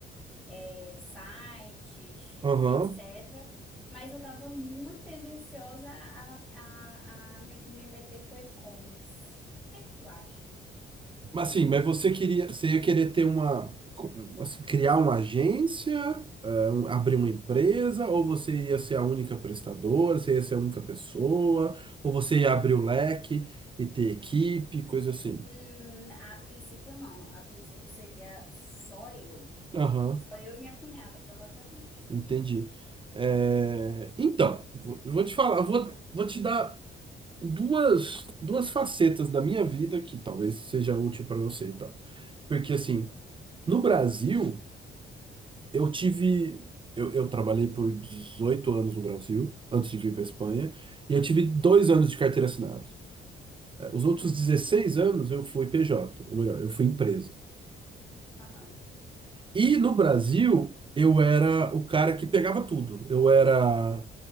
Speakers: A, in the centre; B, on the right (about 25°).
A: é, sites
B: aham.
A: e etc. Mas eu estava muito tendenciosa a, a, a me, me meter com e-commerce. O que é que tu acha?
B: Mas sim, mas você queria, você ia querer ter uma, assim, criar uma agência, eh, um- abrir uma empresa, ou você ia ser a única prestadora, você ia ser a única pessoa, ou você ia abrir o leque e ter equipe, coisa assim.
A: Hum, a princípio, não. A princípio seria só eu.
B: Aham,
A: Só eu e minha cunhada, provavelmente.
B: entendi. Eh, então, vou, vou te falar, vou, vou te dar duas, duas facetas da minha vida que talvez seja útil para você e tal. Porque assim, no Brasil Eu tive. Eu, eu trabalhei por 18 anos no Brasil, antes de vir para Espanha, e eu tive dois anos de carteira assinada. Eh, Os outros 16 anos eu fui PJ, ou melhor, eu fui empresa.
A: Aham.
B: E no Brasil, eu era o cara que pegava tudo. Eu era.